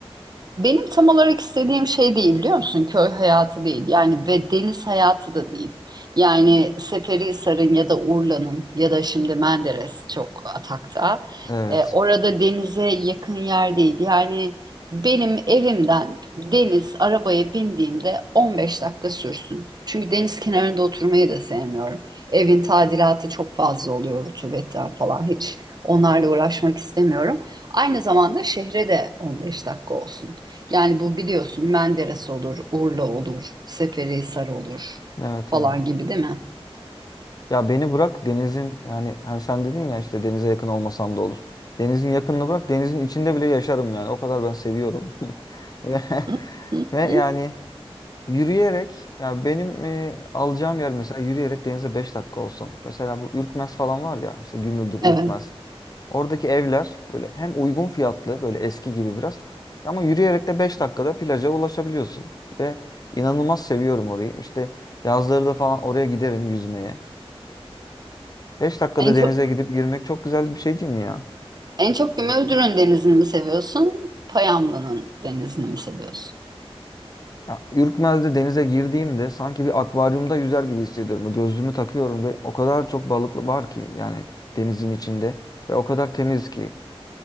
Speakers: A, on the right; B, on the left.
A: Benim tam olarak istediğim şey değil biliyor musun? Köy hayatı değil yani ve deniz hayatı da değil. Yani Seferihisar'ın ya da Urla'nın ya da şimdi Menderes çok atakta.
B: Evet.
A: E, orada denize yakın yer değil. Yani benim evimden deniz arabaya bindiğimde 15 dakika sürsün. Çünkü deniz kenarında oturmayı da sevmiyorum. Evin tadilatı çok fazla oluyor rutubetten falan hiç. Onlarla uğraşmak istemiyorum. Aynı zamanda şehre de 15 dakika olsun. Yani bu biliyorsun Menderes olur, Urla olur, Seferihisar olur
B: Evet
A: falan
B: evet.
A: gibi değil mi?
B: Ya beni bırak denizin yani hani sen dedin ya işte denize yakın olmasam da olur. Denizin yakınını bırak denizin içinde bile yaşarım yani. O kadar ben seviyorum. <laughs> Ve,
A: Hı, hı,
B: ve yani
A: hı.
B: Yürüyerek ya benim e, alacağım yer mesela yürüyerek denize 5 dakika olsun. Mesela bu Ürkmez falan var ya işte Gümüldür,
A: Evet.
B: Ürkmez. Oradaki evler böyle hem uygun fiyatlı böyle eski gibi biraz ama yürüyerek de 5 dakikada plaja ulaşabiliyorsun. Ve inanılmaz seviyorum orayı. İşte yazları da falan oraya giderim yüzmeye. 5 dakikada
A: En çok
B: denize gidip girmek çok güzel bir şey değil mi ya?
A: en çok Gümüldür'ün denizini mi seviyorsun? Payamlı'nın denizini mi seviyorsun?
B: Ya, Ürkmez'de denize girdiğimde sanki bir akvaryumda yüzer gibi hissediyorum. Gözlüğümü takıyorum ve o kadar çok balık var ki yani denizin içinde ve o kadar temiz ki